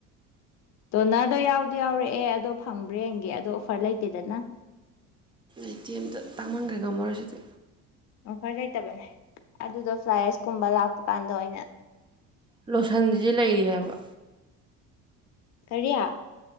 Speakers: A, on the left (about 55°); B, on the right (about 15°).
A: ꯗꯣꯅꯔꯗꯣ ꯌꯥꯎꯗꯤ ꯌꯥꯎꯔꯛꯑꯦ ꯑꯗꯣ ꯐꯪꯕ꯭ꯔꯦ ꯌꯦꯡꯒꯤ ꯑꯗꯣ ꯑꯣꯐꯔ ꯂꯩꯇꯦꯗꯅ
B: ꯑꯇꯤ ꯑ ꯑꯃꯇ ꯇꯥꯡꯃꯟꯈꯩ ꯉꯝꯃꯔꯁꯤꯗꯤ
A: ꯑꯣꯐꯔ ꯂꯩꯇꯕꯅꯦ ꯑꯗꯨꯗꯣ ꯐ꯭ꯂꯥꯌꯔꯁꯀꯨꯝꯕ ꯂꯥꯛꯄ ꯀꯥꯟꯗ ꯑꯣꯏꯅ
B: ꯂꯣꯁꯟꯁ ꯂꯩꯔꯤ ꯍꯥꯏꯕ
A: ꯀꯔꯤꯌꯥ